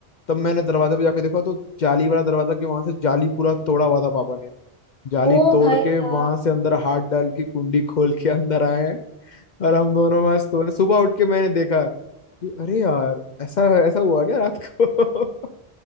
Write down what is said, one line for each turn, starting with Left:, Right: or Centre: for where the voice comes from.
Left: तब मैंने दरवाजे पे जाके देखा तो जाली वाला दरवाजा कि वहां से जाली पूरा तोड़ा हुआ था पापा ने जाली
Centre: ओ
Left: तोड़
Centre: भाई साहब
Left: के वहां से अंदर हाथ डाल के कुंडी खोल के अंदर आए हैं। और हम दोनों मस्त हुए सुबह उठ के मैंने देखा कि अरे यार ऐसा ऐसा हुआ क्या रात को <laughs>